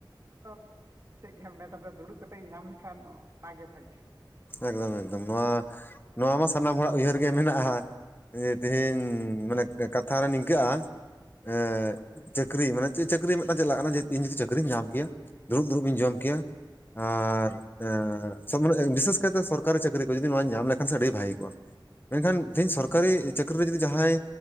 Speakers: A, on the right; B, on the left.
A: ᱟᱫᱚ ᱵᱩᱡᱮᱫ ᱜᱮᱭᱟᱢ ᱱᱮᱛᱟᱨ ᱫᱚ ᱫᱩᱲᱩᱵ ᱠᱟᱛᱮ ᱤᱧ ᱧᱟᱢ ᱞᱮᱠᱷᱟᱱ ᱚᱱᱟᱜᱮ ᱵᱷᱟᱜᱮ
B: ᱮᱠᱫᱚᱢ ᱮᱠᱫᱚᱢ ᱱᱚᱣᱟ ᱱᱚᱣᱟ ᱢᱟ ᱥᱟᱱᱟᱢ ᱦᱚᱲᱟᱜ ᱩᱭᱦᱟᱹᱨ ᱜᱮ ᱢᱮᱱᱟᱜᱼᱟ ᱮ ᱛᱮᱦᱮᱧ ᱢᱟᱱᱮ ᱠᱟᱛᱷᱟᱨᱮ ᱱᱤᱝᱠᱟᱹᱜᱼᱟ᱾ ᱮ ᱪᱟᱹᱠᱨᱤ ᱢᱟᱱᱮ ᱪᱮᱫ ᱪᱟᱹᱠᱨᱤ ᱢᱤᱫᱴᱟᱝ ᱪᱮᱫ ᱞᱟᱜ ᱠᱟᱱᱟ ᱤᱧ ᱡᱩᱫᱤ ᱪᱟᱹᱠᱨᱤᱧ ᱧᱟᱢ ᱠᱮᱭᱟ᱾ ᱫᱩᱲᱩᱵ ᱫᱩᱲᱩᱵ ᱵᱤᱱ ᱡᱚᱢ ᱠᱮᱭᱟ ᱟᱨᱚᱵ ᱢᱟᱱᱮ ᱵᱤᱥᱮᱥ, ᱪᱮᱠᱟᱛᱮ ᱥᱚᱨᱠᱟᱨᱤ ᱪᱟᱹᱠᱨᱤ ᱠᱚ ᱡᱚᱫᱤ ᱱᱚᱣᱟ ᱧᱟᱢ ᱞᱮᱠᱷᱟᱱ ᱟᱹᱰᱤ ᱵᱷᱟᱹᱜᱤ ᱠᱚᱜᱼᱟ ᱢᱮᱱᱠᱷᱟᱱ ᱛᱮᱦᱤᱧ ᱥᱚᱨᱠᱟᱨᱤ ᱪᱟᱹᱠᱨᱤ ᱨᱮ ᱡᱩᱫᱤ ᱡᱟᱦᱟᱸᱭ